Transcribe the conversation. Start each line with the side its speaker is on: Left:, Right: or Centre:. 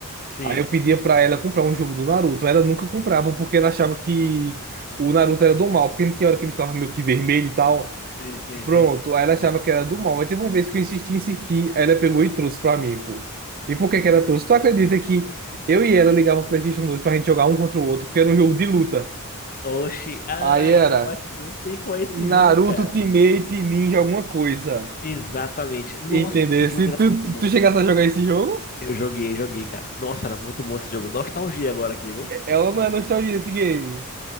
Left: Sim,
Right: Aí eu pedia pra ela comprar um jogo do Naruto. Ela nunca comprava porque ela achava que o Naruto era do mal. Porque não tinha hora que ele ficava meio que vermelho e tal.
Left: sim, sim,
Right: Pronto.
Left: sim.
Right: Aí ela achava que era do mal. Mas teve uma vez que eu insisti, insisti. Aí ela pegou e trouxe pra mim, pô. E por que que ela trouxe? Tu acredita que eu e ela ligava o PlayStation 2 pra gente jogar um contra o outro? Porque era um jogo de luta.
Left: Oxi, ah,
Right: Aí era.
Left: eu acho que eu sei qual é esse
Right: Naruto
Left: jogo, cara.
Right: Ultimate Ninja alguma coisa.
Left: Exatamente. Nossa,
Right: Entendeu?
Left: esse jogo
Right: Se tu,
Left: era muito
Right: tu
Left: bom.
Right: tu chegasse a jogar esse jogo,
Left: Eu joguei, joguei, cara. Nossa, era muito bom esse jogo. Nostalgia agora aqui, viu?
Right: é- ela não é nostalgia esse game.